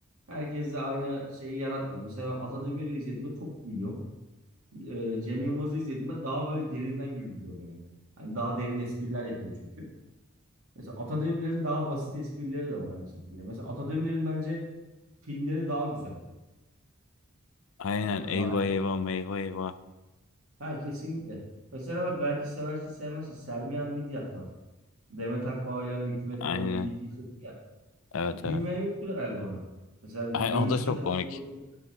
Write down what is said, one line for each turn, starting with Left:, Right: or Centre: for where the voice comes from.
Right: Herkes de aynı şeyi yaratmıyor. Mesela ben Atademir'i izlediğimde çok gülüyorum. Ee, Cem Yılmaz'ı izlediğimde daha böyle derinden güldürüyor beni. Hani daha derin espriler yapıyor çünkü. Mesela Atademir'in daha basit esprileri de var aynı şekilde. Mesela Atademir'in bence filmleri daha güzel.
Left: Aynen.
Right: Hani
Left: Eyvah
Right: bak
Left: eyvah eyvah eyvah.
Right: her kesinlikle. Mesela bak belki seversin sevmezsin. Sermiyan Midyat var. Demet Akbağ ile hani Hükümet
Left: Aynen.
Right: Kadın bir 2yi çekti ya.
Left: Evet
Right: Gülmeyen
Left: evet.
Right: yoktur herhalde ona. Mesela
Left: Ay,
Right: görüşle
Left: o da çok
Right: ters
Left: komik.
Right: de olabilir.